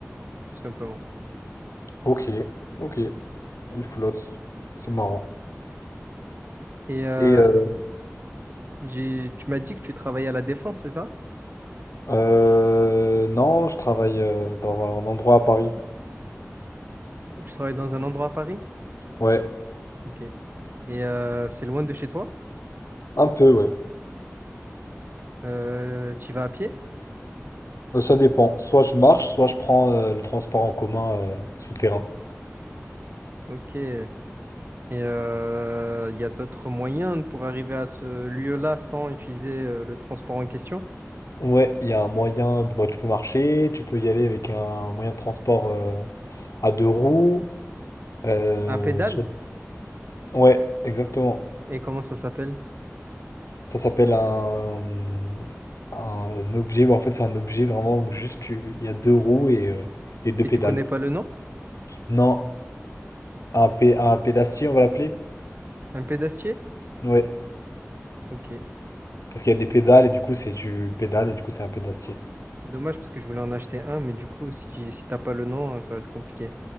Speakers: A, on the right; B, on the left.
A: tout simplement.
B: Ok, ok. Il flotte. C'est marrant.
A: Et euh,
B: Et euh,
A: j'ai... tu m'as dit que tu travaillais à la Défense, c'est ça?
B: euh, non, je travaille euh, dans un endroit à Paris.
A: Tu travailles dans un endroit à Paris?
B: Ouais,
A: Ok. Et euh, c'est loin de chez toi?
B: un peu, ouais.
A: Euh, tu y vas à pied?
B: Euh, ça dépend. Soit je marche, soit je prends euh, le transport en commun euh, souterrain.
A: Ok. Et euh, il y a d'autres moyens pour arriver à ce lieu-là sans utiliser euh, le transport en question?
B: Ouais, il y a un moyen. Bon, tu peux marcher, tu peux y aller avec un moyen de transport euh, à deux roues. euh,
A: Un pédale?
B: sur- Ouais, exactement.
A: Et comment ça s'appelle?
B: Ça s'appelle un, un objet. En fait, c'est un objet vraiment où juste tu- il y a deux roues et, euh, et deux
A: Et
B: pédales.
A: tu connais pas le nom?
B: Non, un, pé- un pédastier, on va l'appeler?
A: Un pédastier?
B: Ouais.
A: Ok.
B: Parce qu'il y a des pédales et du coup, c'est tu pédales et du coup, c'est un pédastier.
A: C'est dommage parce que je voulais en acheter un, mais du coup, si, tu- si t'as pas le nom, hein, ça va être compliqué.